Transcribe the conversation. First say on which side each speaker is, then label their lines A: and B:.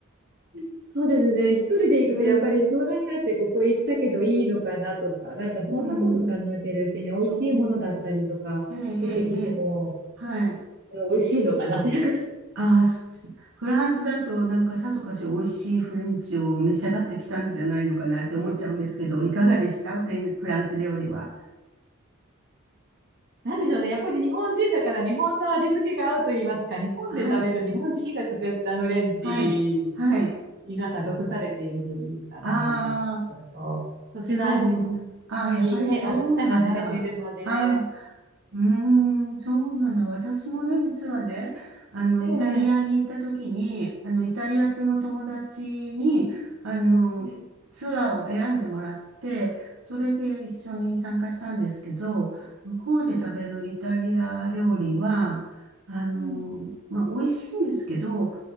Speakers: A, on the right; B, on the right.
A: そうですね。一人で行くとやっぱり相談になってここ行ったけどいいのかなとか、
B: うん、
A: なんかそんなこと考えてるうちに美味しいものだったりとか出てきても、
B: うん、そう。ええ、ええ、ええ。はい。
A: 美味しいのかなってなんか
B: ああ、そうですね。フランスだとなんかさぞかし美味しいフレンチを召し上がってきたんじゃないのかなって思っちゃうんですけど、いかがでしたフレン、フランス料理は。
A: なんでしょうね。やっぱり日本人だから日本の味付けが合うと言いますか、日本で食べる日本人が作ったフレンチ
B: はい、はい、はい。
A: になんか毒されているというか、
B: ああ。
A: なんて言いますか。えっと、土地の味
B: そうなん、ああ、やっぱりそうなんだ。
A: にね、あの、舌が慣れているので、
B: ああ、
A: え
B: うーん、そうなんだ。私もね、実はね、あの、
A: え、
B: イタリアに行った時に、あの、イタリア通の友達に、あの、
A: ええ、
B: ツアーを選んでもらって、それで一緒に参加したんですけど、向こうで食べるイタリア料理は、
A: う
B: あの、
A: ん
B: まあ、美味しいんですけど、